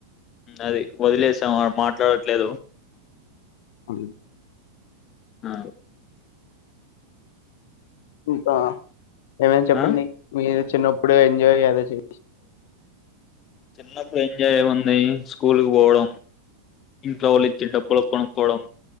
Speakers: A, on the left; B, on the left.
A: అది వదిలేసాం అడు మాట్లాడట్లేదు.
B: ఐ
A: ఆ
B: ఇంకా ఏమేనా చెప్పండి
A: ఆ?
B: మీరు చిన్నప్పుడు ఎంజాయ్ చేద చే
A: చిన్నప్పుడు ఎంజాయ్ ఎం ఉంది స్కూల్కి పోవడం, ఇంట్లో వాళ్ళ ఇచ్చి డబ్బులు కొనుక్కోవడం